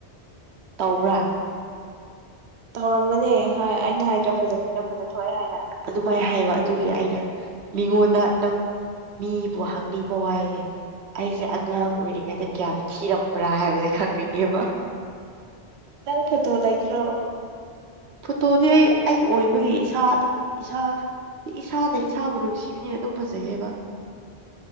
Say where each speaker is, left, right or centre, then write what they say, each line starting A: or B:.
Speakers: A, on the right; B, on the right.
A: ꯇꯧꯕ꯭ꯔꯥ
B: ꯇꯧꯔꯝꯒꯅꯤ ꯑꯩꯅ ꯍꯥꯏꯗꯔ
A: ꯊꯣꯛꯑꯦ ꯍꯥꯏꯅ ꯑꯗꯨꯃꯥꯏꯅ ꯍꯥꯏꯌꯦꯕ ꯑꯗꯨꯒꯤ ꯑꯩꯅ ꯃꯤꯉꯣꯟꯗ ꯅꯪ ꯃꯤꯕꯨ ꯍꯪꯅꯤꯡꯕ ꯋꯥꯏꯁꯦ ꯑꯩꯁꯦ ꯑꯉꯥꯡ ꯑꯣꯏꯔꯤꯉꯩꯗ ꯀꯌꯥꯝ ꯊꯤꯔꯝꯕ꯭ꯔꯥ ꯍꯥꯏꯕꯁꯦ ꯈꯪꯅꯤꯡꯉꯦꯕ
B: ꯅꯪ ꯐꯣꯇꯣ ꯂꯩꯗ꯭ꯔꯣ
A: ꯐꯣꯇꯣꯗꯤ ꯑꯩ ꯑꯩ ꯑꯣꯏꯕꯒꯤ ꯏꯁꯥ ꯑꯗꯨꯝ ꯏꯁꯥ ꯏꯁꯥꯅ ꯏꯁꯥꯕꯨ ꯅꯨꯡꯁꯤꯕꯅꯤꯅ ꯑꯗꯨꯝ ꯐꯖꯩꯌꯦꯕ